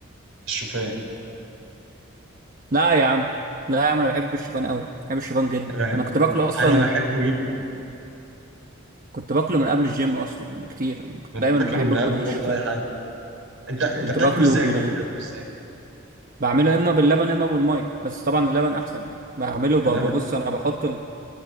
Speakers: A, on the right; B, on the right.
A: الشوفان
B: لا يا عم لا يا عم انا بحب الشوفان قوي بحب الشوفان جدا
A: انا بحبه
B: انا كنت باكله اصلا
A: انا
B: من
A: بحبه جدا
B: كنت باكله من قبل الجيم اصلا بكتير أنا كنت
A: أنا
B: دايما
A: باكله
B: بحب
A: من
B: اكل
A: قبل برضه
B: الشوفان
A: اي حاجه انت انت
B: كنت
A: بتاكله
B: باكله
A: ازاي
B: بال
A: طب بتعمله ازاي
B: بعمله اما باللبن اما بالميه بس طبعا اللبن احسن يعني بعمله
A: في
B: ب-
A: اللبن
B: ببص انا بحط ال...